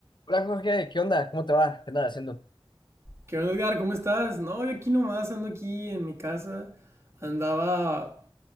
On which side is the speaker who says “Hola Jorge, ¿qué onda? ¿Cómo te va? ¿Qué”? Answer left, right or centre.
Left